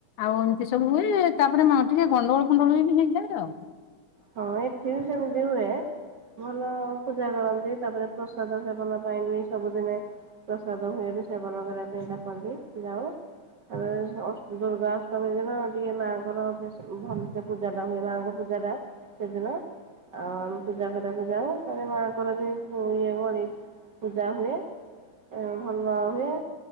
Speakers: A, on the left; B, on the right.
A: ଆଉ ଏମିତି ସବୁ ହୁଏ ତାପରେ ମା ଟିକେ ଗଣ୍ଡଗୋଳ ଫୁଣ୍ଡଳ ବି ହେଇଯାଏ ଆଉ।
B: ହଁ ଏ <unintelligible> ହୁଏ। ଭଲ ପୂଜା କରନ୍ତି ତାପରେ ପ୍ରସାଦ ସେବନ ପାଇଁ ବି ସବୁଦିନେ ପ୍ରସାଦ ହୁଏ ବି ସେବନ କରିବା ପାଇଁ ଡାକନ୍ତି ନାଏ ଆ ଅସ ଦୁର୍ଗା ଅଷ୍ଟମୀ ଦିନ ଟିକେ ମା ଙ୍କର ପେସ ଭଲସେ ପୂଜାଟା ହୁଏ ମାଙ୍କ ପୂଜାଟା। ସେଦିନ ଆଉ ଆମେ ପୂଜା କରିଆକୁ ଯାଉ ତାପରେ ମାଆଙ୍କର ଯେ ଇଏ ବଳି। ପୂଜା ହୁଏ ଏ ଭଲ ହୁଏ।